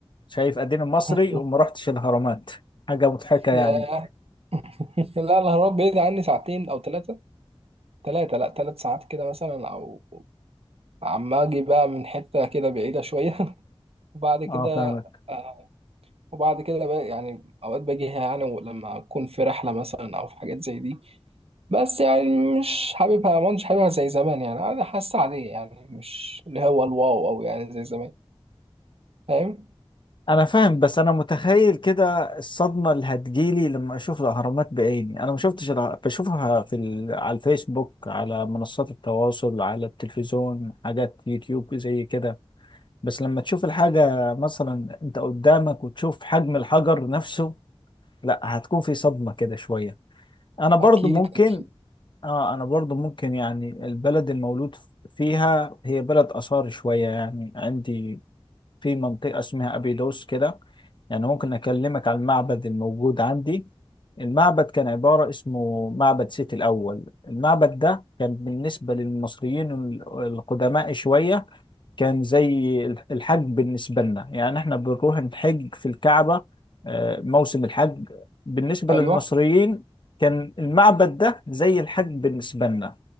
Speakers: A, on the left (about 50°); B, on the right (about 75°).
A: شايف اديني مصري
B: <laughs>
A: وما رحتش الاهرامات حاجة مضحكة يعني
B: ياه <laughs> لا الأهرامات بعيد عني ساعتين أو ثلاثة تلاتة لا تلات ساعات كده مثلا أو عم أجي بقى من حتة كده بعيدة شوية <laughs> وبعد كده
A: اه فاهمك
B: آه، وبعد كده بقى يعني أوقات باجيها يعني لما أكون في رحلة مثلا أو في حاجات زي دي بس يعني مش حاببها ما مش حاببها زي زمان يعني أنا حاسة عادية يعني مش اللي هو الواو أو يعني زي زمان فاهم
A: انا فاهم بس انا متخيل كده الصدمة اللي هتجيلي لما اشوف الاهرامات بعيني انا ما شفتش الع- بشوفها في ال... على الفيسبوك على منصات التواصل على التلفزيون حاجات يوتيوب زي كده بس لما تشوف الحاجة مثلا انت قدامك وتشوف حجم الحجر نفسه لا هتكون في صدمة كده شوية انا برضو
B: أكيد
A: ممكن
B: أكيد
A: اه انا برضو ممكن يعني البلد المولود فيها هي بلد اثار شوية يعني عندي في منطقة اسمها ابيدوس كده يعني ممكن اكلمك عن المعبد الموجود عندي المعبد كان عبارة اسمه معبد سيتي الاول المعبد ده كان بالنسبة للمصريين ال- القدماء شوية كان زي الحج بالنسبة لنا يعني احنا بنروح نحج في الكعبة آه، موسم الحج بالنسبة
B: أيوه
A: للمصريين كان المعبد ده زي الحج بالنسبة لنا